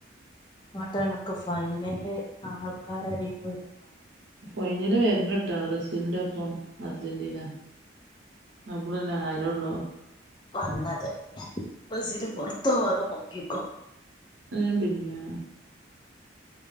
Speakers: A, on the left; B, on the right.
A: മാത്രണക്കെ ഫൈനല് ആൾക്കാരെടെപ്പോയിര്ന്ന്
B: ഫൈനല് വര്ണട്ടോ ബ്രസീലിന്റെ ഒപ്പം അർജന്റീന അപ്പളല്ലേ ആരോ ഒള്ളു.
A: വന്നത് ബ്രസീല് പൊർത്തോവാതെ നോക്കിക്കോ.
B: ഉം പിന്നെ